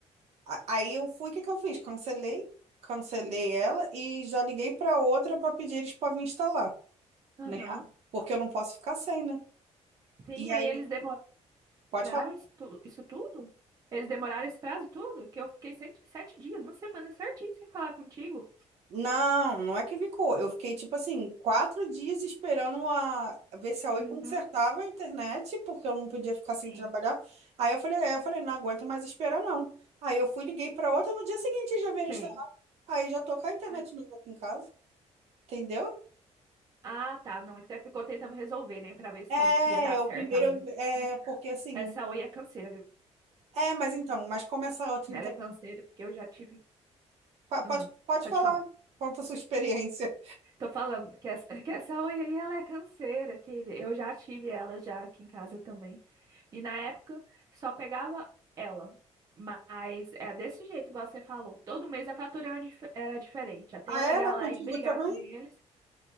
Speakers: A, on the right; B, on the right.
A: a- aí eu fui, o que que eu fiz? Cancelei, cancelei ela e já liguei pra outra pra pedir eles pra vir instalar,
B: Aham.
A: né? Porque eu não posso ficar sem, né?
B: Sim,
A: E
B: aí
A: aí,
B: eles demoraram.
A: pode
B: Demoraram
A: falar.
B: isso, tu- isso tudo? Eles demoraram esse prazo tudo? Que eu fiquei sete, sete dias, uma semana certinho sem falar contigo.
A: Não, não é que ficou. Eu fiquei, tipo assim, quatro dias esperando a ver se a
B: Uhum,
A: Oi consertava a internet, porque eu não podia ficar sem
B: sim.
A: trabalhar. Aí eu falei, aí eu falei, não aguento mais esperar, não. Aí eu fui, liguei pra outra, no dia seguinte já veio instalar.
B: Sei.
A: Aí já tô com a internet
B: Ai.
A: nova aqui em casa, entendeu?
B: Ah, tá. Não, você ficou tentando resolver, né? Pra ver se,
A: É,
B: se ia dar certo,
A: o primeiro
B: tá mesmo.
A: é
B: Menina,
A: porque assim.
B: essa oi é canseira, viu?
A: É, mas então, mas como essa outra
B: Ela
A: internet.
B: é canseira, porque eu já tive. Ah,
A: Pode, pode
B: pode
A: falar,
B: falar.
A: conta a sua experiência.
B: Tô falando que essa, que essa oi aí ela é canseira, que eu já tive ela já aqui em casa também. E na época só pegava ela. Mas é desse jeito, igual você falou. Todo mês a fatura era dif- era diferente. Até
A: Ah,
B: eu ligar
A: era
B: lá
A: contigo
B: e brigar
A: também?
B: com eles